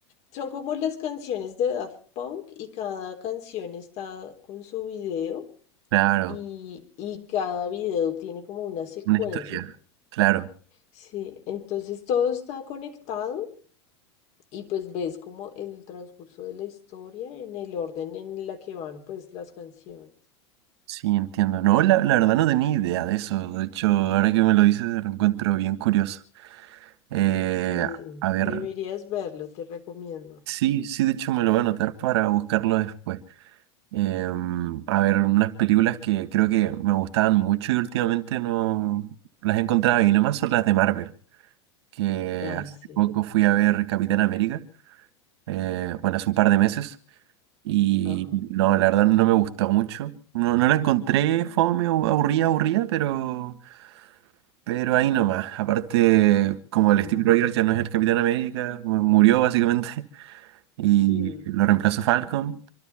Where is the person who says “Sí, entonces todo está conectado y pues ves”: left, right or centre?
Left